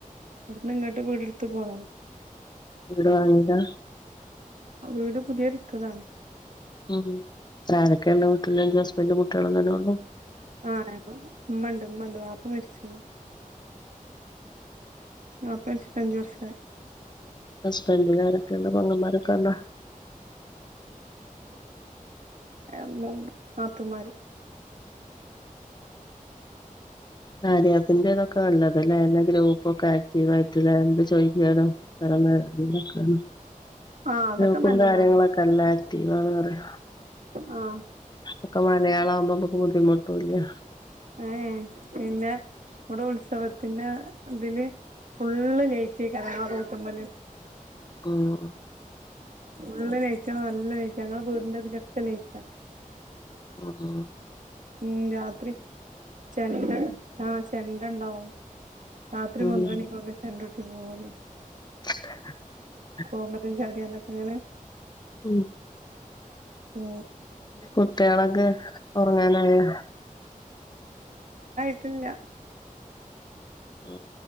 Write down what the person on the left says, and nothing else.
വിടുവാങ്ങിയത
ഉം ആരൊക്കെണ്ട് വീട്ട്ല് ഹസ്ബണ്ട് കുട്ട്യാളും തന്നെ ഒള്ളു
ഹസ്ബൻ്റിനാരൊക്കെണ്ട് പൊങ്ങന്മാരൊക്കെണ്ടോ
കാര്യആപ്പിന്റെ ഇതൊക്കെ നല്ലത ലേ എല്ലാ ഗ്രൂ പ്പൊക്കെ ആക്റ്റീവ് ആയിട്ടിലെ എന്ത് ചോയ്ക്കാനും <unintelligible>
ഗ്രൂപ്പും
കാര്യങ്ങളൊക്കെല്ല ആക്റ്റീവ ആണ് പറിയ
ഒക്കെ മലയാളആവുമ്പം മ്മക്ക് ബുദ്ധിമു ട്ടൂല്ല്യ
ആഹ്
ആ ആ
ഉം
<unintelligible>
ഉം
കുട്ട്യാളക്കെ ഒറങ്ങാനായോ
ഓ